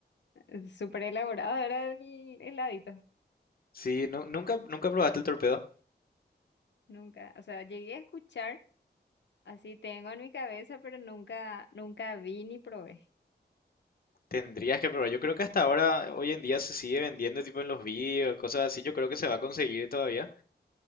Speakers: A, on the left; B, on the left.
A: eh, súper elaborado era el heladito.
B: Sí, nu- nunca, nunca probaste el torpedo.
A: Nunca, o sea, llegué a escuchar, así tengo en mi cabeza, pero nunca, nunca vi ni probé
B: Tendrías que probar. Yo creo que hasta ahora, hoy en día se sigue vendiendo tipo en los vídeos, cosas así. Yo creo que se va a conseguir todavía.